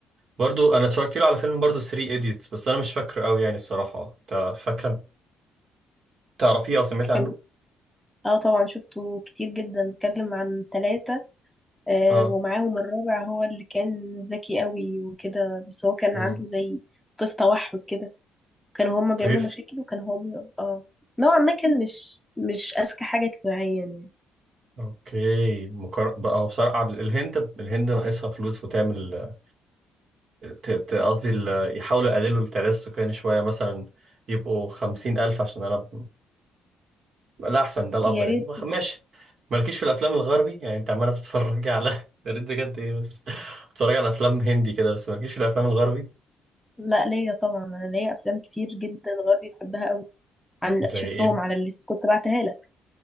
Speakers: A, on the right; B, in the centre.
A: برضو انا اتفرجت له على فيلم برضو 3 ايديتس بس انا مش فاكره قوي يعني الصراحه انت فاكره تعرفيه او سمعتي عنه
B: كان اه طبعا شفته كتير جدا اتكلم عن ثلاثة آه
A: اه
B: ومعاهم الرابع هو اللي كان ذكي قوي وكده بس هو كان
A: امم
B: عنده زي طيف توحد كده كانوا هما بيعملوا
A: طيب
B: مشاكل وكان هو بي... اه نوعا ما كان مش مش أذكى حاجة اجتماعيا يعني
A: اوكي مكر... بقى هو بصراحه الهند الهند ناقصها فلوس وتعمل ت- ت- قصدي ال- يحاولوا يقللوا التعداد السكاني شويه مثلا يبقوا خمسين ألف عشان أنا ده احسن ده الافضل
B: يا ريت
A: يعني وخ- ماشي مالكيش في الافلام الغربي يعني انت عماله بتتفرجي على <laughs> يا ريت بجد ايه بس بتتفرجي على افلام هندي كده بس مالكيش في الافلام الغربي
B: لا ليا طبعا انا ليا افلام كتير جدا غربي بحبها قوي عن
A: زي
B: شفتهم
A: ايه
B: على الليست كنت بعتها لك